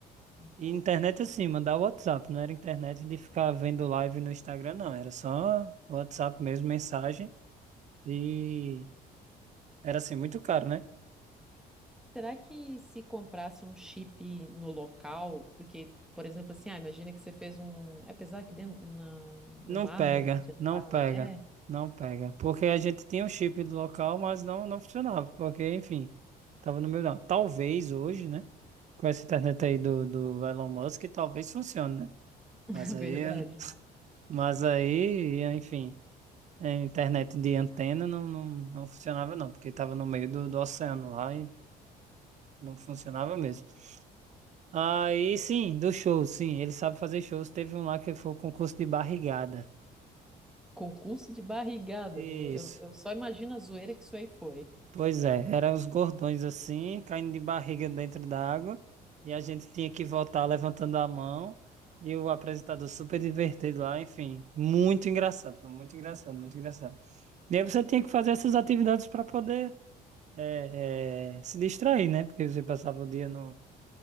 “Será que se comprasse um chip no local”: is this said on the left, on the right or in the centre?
Centre